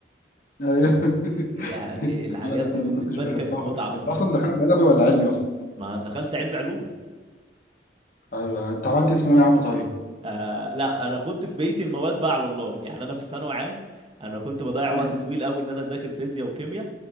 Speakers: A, on the left; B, on the right.
A: ايوه <laughs>
B: يعني الحاجات
A: لا
B: دي
A: انا
B: بالنسبة
A: ما كنتش بحبها
B: لي كانت متعة برضه
A: انت اصلا دخلت ادبي ولا علمي اصلا
B: ما دخلت علم علوم
A: ايوه انت عملت ايه في ثانويه عامه صحيح
B: آه لا انا كنت في بيتي المواد بقى على الله يعني انا في ثانوي عام انا كنت بضيع
A: مم.
B: وقت طويل قوي ان انا اذاكر فيزياء وكيمياء